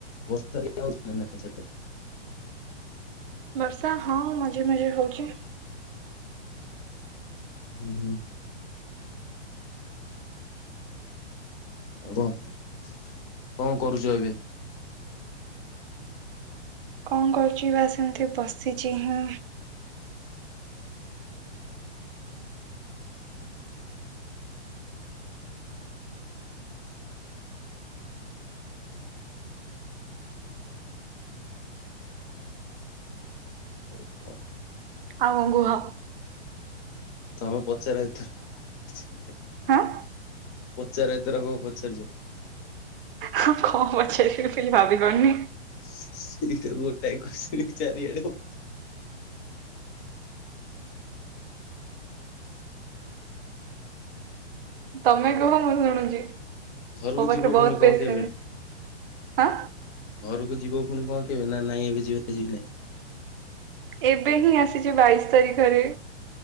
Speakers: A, on the left; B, on the right.
A: ବସ୍ତା ହେଇଥିଲା ନାଁ ସ୍ୟାଡେ।
B: ବର୍ଷା ହଁ ମଝିରେ ମଝିରେ ହଉଚି।
A: ହୁଁ ହୁଁ। ଆଉ କଂ କଂ କରୁଚ ଏବେ।
B: କଂ କର୍ଚି ବାସ୍ ଏମ୍ତି ବସିଚି ହିଁ।
A: ଆଉ କଂ।
B: ଆଉ କଂ ଗୁହ।
A: ତମେ ପଚାର ହେଇଥିର।
B: ହାଁ।
A: ପଚାରେ ଏଥ୍ରକ ପଚାର୍ଚି।
B: ହଁ କଂ ପଚାରିବି କିଛି ଭାବି ପାରୁନି।
A: ସେଇଟା ଗୋଟାଏ ଖୁସି ଚାରିଆଡ।
B: ତମେ କୁହ ମୁଁ ଶୁଣୁଚି
A: ଘରକୁ
B: ମୋ ପାଖରେ
A: ଯିବ
B: ବହୁତ
A: ପୁଣି କଣ
B: ପେସେଁନ୍
A: କେବେ
B: ହାଁ।
A: ଘରକୁ ଯିବ ପୁଣି କଂ କେବେ ନା ନାଇଁ ଏବେ ଯିବା ଯିବି ନାଇଁ।
B: ଏବେ ହିଁ ଆସିଛି ବାଇଶି ତାରିଖରେ